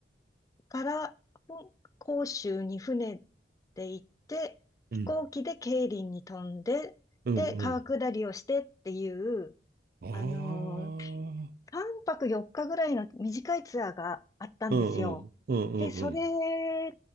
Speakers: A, on the left (about 20°); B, on the right (about 55°).
A: から、香広州に船で行って、
B: うん、
A: 飛行機で桂林に飛んで、
B: うん、
A: で、川下りをしてっていう、
B: うん。ああ、
A: あの、3泊4日ぐらいの短いツアーがあったんですよ。
B: うんうん、うんうんうん、
A: で、それ